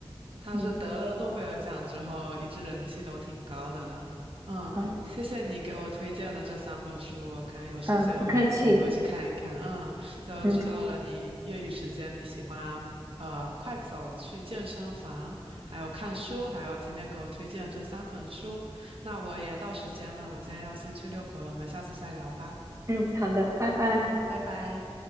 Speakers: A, on the right; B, on the right.
A: 他是得了诺贝尔奖之后，
B: 嗯
A: 一直人气都挺高的呢。嗯，
B: 嗯
A: 谢谢你给我推荐的这三本书，我看有时间我我应该去看一看。
B: 嗯，呃不客气，
A: 嗯，就知道了你业余时间你喜欢呃快走去健身房，
B: 嗯
A: 还有看书，还有今天给我推荐这三本书。那我也到时间了，我今天要先去遛狗了，我们下次再聊吧。
B: 嗯，好的，拜拜。
A: 嗯，拜拜。